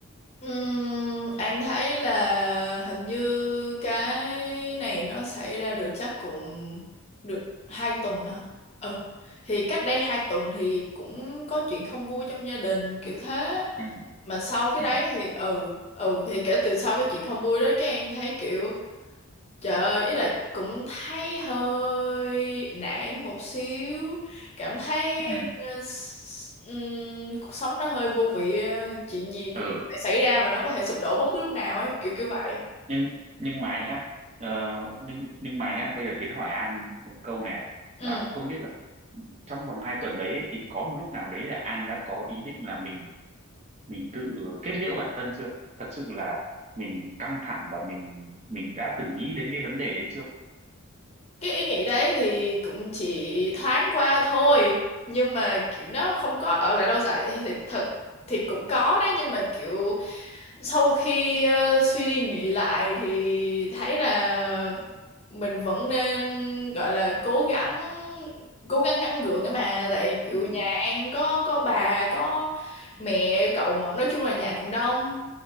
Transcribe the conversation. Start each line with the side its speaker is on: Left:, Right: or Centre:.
Left: Ừm, anh thấy là hình như cái này nó xảy ra được chắc cũng được hai tuần hả? Ừ. Thì cách đây hai tuần thì cũng có chuyện không vui trong gia đình kiểu thế.
Right: ừ
Left: Mà sau cái
Right: ừ
Left: đấy thì ừ, ừ thì kể từ sau cái chuyện không vui đó cái anh thấy kiểu Trời ơi, ý là cũng thấy hơi nản một xíu, cảm thấy
Right: ừ
Left: ờ, s- ừm, cuộc sống nó hơi vô vị, ờ, chuyện gì cũng
Right: ừ
Left: có thể xảy ra và nó có thể sụp đổ bất cứ lúc nào ấy, kiểu kiểu vậy.
Right: nhưng nhưng mà nhá ờ, nhưng nhưng mà nhá bây giờ Tiến hỏi An một câu này
Left: Ừ.
Right: là không biết là trong vòng hai tuần đấy ấy, thì có một lúc nào đấy là An đã có ý định là mình mình tự kết liễu bản thân chưa thật sự là mình căng thẳng và mình mình đã từng nghĩ đến cái vấn đề đấy chưa
Left: cái ý nghĩ đấy thì cũng chỉ thoáng qua thôi nhưng mà kiểu nó không có ở lại lâu dài thì, thì thật thì cũng có đấy nhưng mà kiểu sau khi ờ, suy đi nghĩ lại thì thấy là mình vẫn nên gọi là cố gắng cố gắng gắng gượng ấy mà tại kiểu
Right: ừ
Left: nhà An có có bà có mẹ cậu mà nói chung là nhà cũng đông